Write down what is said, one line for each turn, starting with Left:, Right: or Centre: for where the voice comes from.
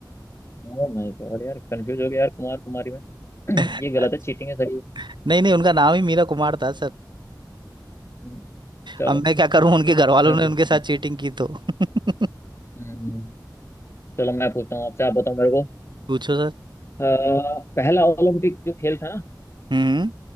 Left: ओ माय गॉड यार कंफ्यूज हो गया यार कुमार कुमारी में <clears throat>
Right: <laughs>
Left: ये
Right: अच्छा,
Left: गलत है चीटिंग है सर ये
Right: नहीं नहीं उनका नाम ही मीरा कुमार था
Left: हम्म, चलो
Right: अब मैं क्या करूं उनके घर वालों
Left: मैं
Right: ने
Left: पूछता
Right: उनके साथ
Left: हूँ
Right: चीटिंग की तो <laughs>
Left: हम्म, चलो मैं पूछता हूँ आपसे आप बताओ मेरे को
Right: पूछो सर
Left: अ, पहला ओलंपिक जो खेल था ना
Right: हम्म